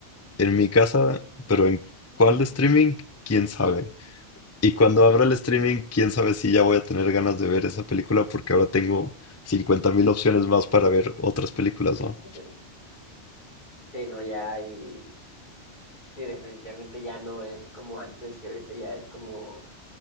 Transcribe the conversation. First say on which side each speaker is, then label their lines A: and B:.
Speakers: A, on the left; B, on the left.
A: En mi casa, pero ¿en cuál de streaming? ¿Quién sabe? Y cuando abra el streaming, quién sabe si ya voy a tener ganas de ver esa película porque ahora tengo cincuenta mil opciones más para ver otras películas, ¿no?
B: eh, sí, no, ya y sí, definitivamente ya no es como antes y ahorita ya es como